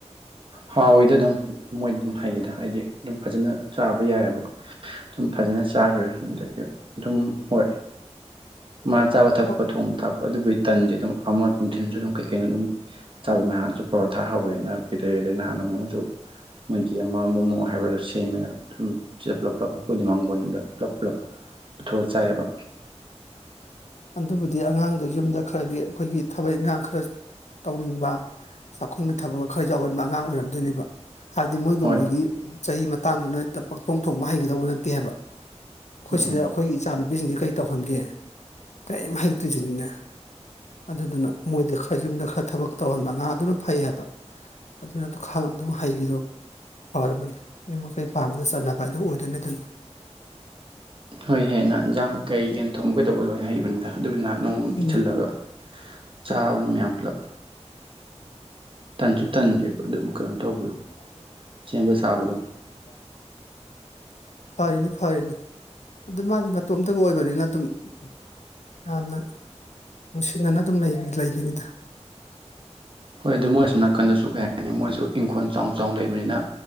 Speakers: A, on the right (about 45°); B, on the left (about 75°).
A: ꯍꯥꯎꯋꯗ ꯑꯗꯨꯝ ꯃꯣꯏꯗ ꯑꯗꯨꯝ ꯍꯩꯒꯦꯗ ꯍꯥꯏꯗꯤ ꯑꯗꯨꯝ ꯐꯖꯅ ꯆꯥꯕ ꯌꯥꯏꯑꯕ ꯁꯨꯝ ꯐꯖ ꯐꯖꯅ ꯆꯥꯈ꯭ꯔꯦ ꯑꯗꯒꯤ ꯑꯗꯨꯝ ꯍꯣꯏ
B: <unintelligible>
A: ꯃꯥ ꯆꯥꯕ ꯊꯛꯄ
B: ꯑꯣ
A: ꯊꯣꯡꯕ ꯊꯛꯄ ꯑꯗꯨꯕꯨꯩ ꯇꯟꯗꯤ ꯑꯗꯨꯝ ꯑꯃ ꯅꯨꯡꯊꯤꯜꯁꯨ ꯑꯗꯨꯝ ꯀꯩꯀꯩꯅ ꯑꯗꯨꯝ ꯇꯜ ꯃꯍꯥꯟꯁꯨ ꯄꯣꯔꯣꯊꯥ ꯍꯧꯋꯦꯅ ꯇꯗꯅꯍꯥꯟꯅꯃꯣꯁꯨ ꯃꯣꯏꯒꯤ ꯑꯃ ꯃꯣꯃꯣ ꯍꯥꯏꯕꯗꯣ ꯁꯦꯝꯃꯦꯅ ꯑꯗꯨꯝ ꯄꯨꯂꯞ ꯄꯨꯂꯞ ꯃꯈꯣꯏꯗꯤ ꯃꯥꯡ ꯣꯟꯗ ꯄꯨꯂꯞ ꯄꯨꯂꯞ ꯄꯨꯊꯣꯛꯑ ꯆꯥꯏꯌꯦꯕ
B: ꯑꯗꯨꯕꯨꯗꯤ ꯑꯉꯥꯡꯗꯨꯣ ꯌꯨꯝꯗ ꯈꯔꯒꯤ ꯑꯩꯈꯣꯏꯒꯤ ꯊꯕꯛ ꯏꯟꯈꯥꯡ ꯈꯔ ꯇꯧꯅꯤꯡꯕ ꯆꯥꯛꯈꯨꯝꯒꯤ ꯊꯕꯛꯀ ꯈꯔ ꯌꯥꯎꯒꯟꯕ ꯑꯉꯥꯡ ꯑꯣꯏꯔꯝꯗꯣꯏꯅꯦꯕ ꯍꯥꯏꯕꯗꯤ ꯃꯣꯏꯒꯨꯝꯕꯒꯤ
A: ꯍꯣꯏ
B: ꯆꯍꯤ ꯃꯇꯥꯡꯗꯨꯅ ꯍꯦ ꯄꯥꯛꯊꯣꯡ ꯊꯣꯡꯕ ꯍꯩꯒꯗꯧꯕ ꯅꯠꯇꯦ ꯍꯥꯏꯕ ꯑꯩꯈꯣꯏ
A: ꯎꯝ
B: ꯁꯤꯗ ꯑꯩꯈꯣꯏꯒꯤ ꯏꯆꯥ ꯅꯨꯨꯄꯤꯁꯤꯡꯁꯤ ꯀꯔꯤ ꯇꯧꯍꯟꯒꯦ ꯀꯔꯤꯝ ꯍꯩꯇ꯭ꯔꯤꯁꯤꯅꯤꯅꯦ ꯑꯗꯨꯗꯨꯅ ꯃꯣꯏꯗ ꯈꯔ ꯌꯨꯝꯗ ꯈꯔ ꯊꯕꯛ ꯇꯧꯍꯟꯕ ꯉꯥꯗꯨꯅ ꯐꯩ ꯍꯥꯏꯕ ꯑꯗꯨꯅ ꯈ ꯑꯗꯨꯝ ꯍꯥꯏꯩꯕꯤꯔꯛꯑꯣ ꯐꯔꯕꯅꯦ ꯃꯤꯨꯝ ꯃꯈꯩ ꯄꯥꯝꯕꯗ ꯆꯥꯟꯅꯕ ꯍꯥꯏꯗꯣ ꯑꯣꯏꯗꯣꯏꯅꯤ ꯑꯗꯨꯅ
A: ꯍꯣꯏ ꯍꯅ ꯏꯟꯖꯥꯡ ꯀꯩ ꯌꯦꯅ ꯊꯣꯡꯒꯗꯧꯕ ꯂꯣꯏꯅ ꯍꯥꯏꯔꯤꯕꯅꯤꯗ ꯑꯗꯨꯕꯨ ꯅꯍ ꯅꯣꯡ
B: ꯎꯝ
A: ꯊꯤꯜꯂꯒ ꯆꯥꯕꯅꯤ ꯃꯌꯥꯝ ꯄꯨꯂꯞ ꯇꯟꯁꯨ ꯇꯟꯗꯦꯕ ꯑꯗꯨꯝ ꯀꯩꯅꯣ ꯇꯧꯕꯗꯣ
B: <unintelligible>
A: ꯆꯕ ꯁꯥꯕꯗꯣ
B: <inaudible> ꯐꯔꯤꯅꯤ ꯐꯔꯤꯅꯤ ꯑꯗꯨ ꯃꯥꯅꯤ ꯃꯇꯣꯝꯇꯒ ꯑꯣꯏꯕꯅꯤꯅ ꯑꯗꯨꯝ ꯎꯝ ꯌꯥꯝꯅ ꯅꯨꯡꯁꯤꯅꯅ ꯑꯗꯨꯝ ꯂꯩꯒꯅꯤꯗ
A: ꯍꯣꯏ ꯑꯗꯨ ꯃꯣꯏꯁꯨ ꯅꯥꯀꯟꯗꯁꯨ ꯀꯩ ꯍꯥꯏꯅꯤ ꯃꯣꯏꯁꯨ ꯏꯪꯈꯣꯜ ꯆꯥꯎꯅ ꯆꯥꯎꯅ ꯂꯩꯕꯅꯤꯅ